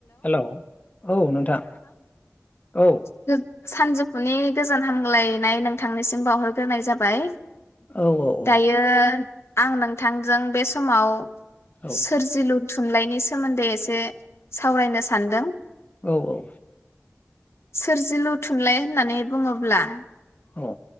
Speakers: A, on the left; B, on the left.
A: Hello औ नोंथां। औ
B: <unintelligible> सानजौफुनि गोजोन हामग्लायनाय नोंथांनिसिम बावहरग्रोनाय जाबाय।
A: औ औ औ
B: दायो आं नोंथांजों बे समाव
A: औ
B: सोरजिलु थुनलाइनि सोमोन्दै एसे सावरायनो सानदों।
A: औ औ।
B: सोरजिलु थुनलाइ होननानै बुङोब्ला
A: औ।